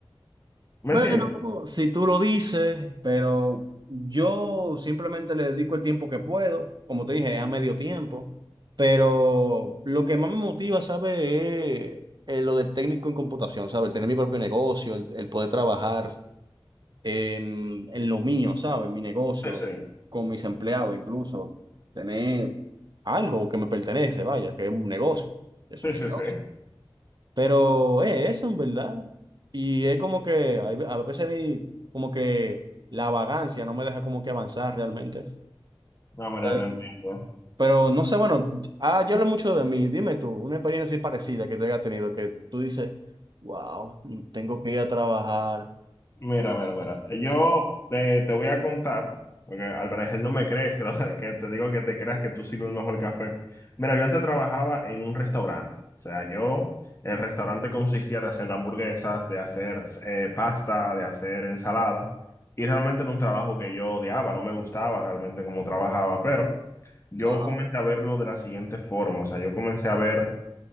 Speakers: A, on the left; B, on the right.
A: ¿Me
B: Bueno,
A: entiendes?
B: si tú lo dices, pero yo simplemente le dedico el tiempo que puedo, como te dije, a medio tiempo, pero lo que más me motiva, ¿sabes? Es eh, lo de técnico en computación, ¿sabes? El tener mi propio negocio, el, el poder trabajar en, en lo mío, ¿sabes? En mi negocio,
A: Sí, sí,
B: con mis empleados incluso, tener algo que me pertenece, vaya, que es un negocio, eso
A: sí,
B: es mi
A: sí.
B: negocio.
A: sí.
B: Pero es eso, en verdad. Y es como que hay ve- a veces mi, como que la vagancia no me deja como que avanzar realmente.
A: No, mira,
B: Eh,
A: te entiendo.
B: Pero no sé, bueno, ah, yo hablo mucho de mí. Dime tú, una experiencia así parecida que te haya tenido, que tú dices, wow, tengo que ir a trabajar.
A: Mira, mira, mira. Yo te, te voy a contar, porque al parecer no me crees, que, lo- <laughs> que te digo que te creas que tú sirves el mejor café. Mira, yo antes trabajaba en un restaurante. O sea, yo, el restaurante consistía de hacer hamburguesas, de hacer eh, pasta, de hacer ensalada. Y realmente era un trabajo que yo odiaba, no me gustaba realmente cómo trabajaba, pero yo
B: ajá
A: comencé a verlo de la siguiente forma. O sea, yo comencé a ver